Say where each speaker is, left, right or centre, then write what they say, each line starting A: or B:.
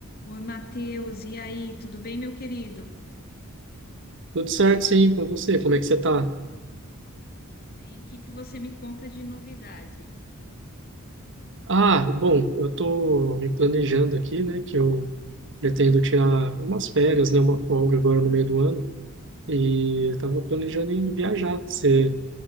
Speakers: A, on the left (about 45°); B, on the right (about 55°).
A: Oi, Matheus, e aí, tudo bem, meu querido?
B: Tudo certo, sim, com você? Como é que você tá?
A: Tô bem. O que que você me conta de novidade?
B: Ah, bom, eu tô me planejando aqui, né, que eu pretendo tirar umas férias, né, uma folga agora no meio do ano, e eu tava planejando em viajar. Você,